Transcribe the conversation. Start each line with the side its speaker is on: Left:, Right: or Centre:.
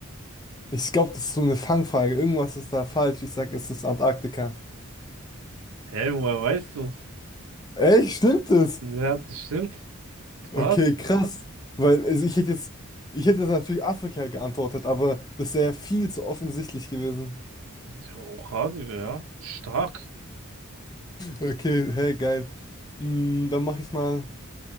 Left: ich glaube, das ist so eine Fangfrage. Irgendwas ist da falsch. Ich sag, es ist Antarktika.
Right: Hä, woher weißt du's?
Left: Echt? Stimmt es?
Right: Ja, das stimmt. Krass.
Left: Okay, krass. Weil also ich hätte jetzt, ich hätte jetzt natürlich Afrika geantwortet, aber das wäre viel zu offensichtlich gewesen. <laughs>
Right: Ich hab Auch Radio, ja. Stark.
Left: Okay, hey, geil. Mm, dann mache ich mal.